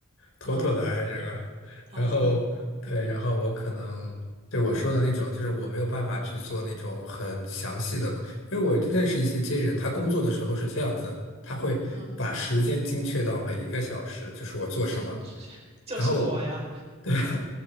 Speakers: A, on the left; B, on the right.
A: 妥妥的
B: 啊
A: i 人啊。
B: 啊
A: 然后对，然后我可能对我说的那种，就是我没有办法去做那种很详细的，因为我认识一些 J 人，他工作的时候是这样子，他会把时间精确到每一个小时，
B: 嗯，
A: 就是我做什么，
B: 这就是我呀，
A: 然后。对，